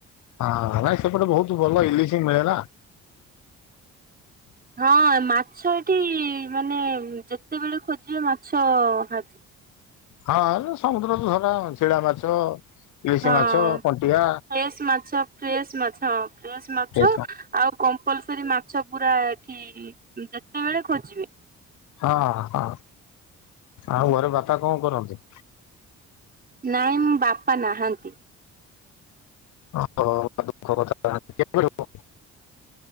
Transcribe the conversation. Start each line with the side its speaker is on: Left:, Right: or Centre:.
Left: ହଁ, ସେପଟେ ବହୁତ ଭଲ ଇଲିଶ ମିଳେ ନା?
Right: ହଁ, ମାଛ ଏଠି ମାନେ ଯେତେବେଳେ ଖୋଜିବେ, ମାଛ ହାଜିିବ।
Left: ହଁ, ସମୁଦ୍ର ତ ଧରା ଶିଳା ମାଛ। ଇଲିଶି
Right: ହଁ,
Left: ମାଛ କଣ୍ଟିଆ
Right: ଫ୍ରେଶ ମାଛ, ଫ୍ରେଶ ମାଛ। ହଁ, ଫ୍ରେଶ ମାଛ!
Left: ହଁ
Right: ଆଉ କମ୍ପଲସରି ମାଛ ପୁରା ଏଠି ଯେତେବେଳେ ଖୋଜିବେ ପା
Left: ହଁ ହଁ ଆଉ ଘରେ ବାପା କଣ କରନ୍ତି?
Right: ନାଇଁ ମୁଁ ବାପା ନାହାଁନ୍ତି।
Left: ଓହୋ ଦୁଃଖ କଥା କେବେ ଠୁ?